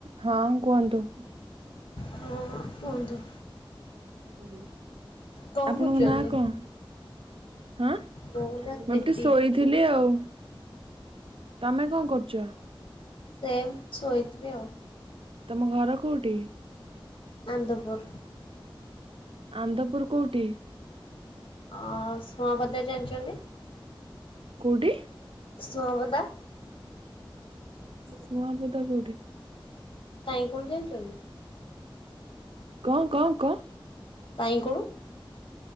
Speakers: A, on the right (about 80°); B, on the left (about 75°).
A: ହଁ କୁହନ୍ତୁ।
B: ହଁ କୁହନ୍ତୁ।
A: ହୁଁ
B: କଣ
A: ଆପଣଙ୍କ
B: କରୁଛନ୍ତି?
A: ନାଁ କଣ ହାଁ
B: ମୁଁ ନା
A: ମୁଁ
B: ପ୍ରୀତି
A: <unintelligible> ଶୋଇଥ୍ ଥିଲି ଆଉ ତମେ କଣ କରୁଛ?
B: ସେମ୍ ଶୋଇଥିଲି ଆଉ।
A: ତମ ଘର କୋଉଠି?
B: ଆନ୍ଦପୁର।
A: ଆନ୍ଦପୁର କୋଉଠି?
B: ଅ ସୁଅଁ <unintelligible> ଜାଣିଛନ୍ତି?
A: କୋଉଠି?
B: ସୁଅଁବଦା?
A: ସୁଆଁବଦା କୋଉଠି?
B: ତାଇଁ କଣ ଜାଣିଛନ୍ତି?
A: କଣ କଣ କହ?
B: <unintelligible>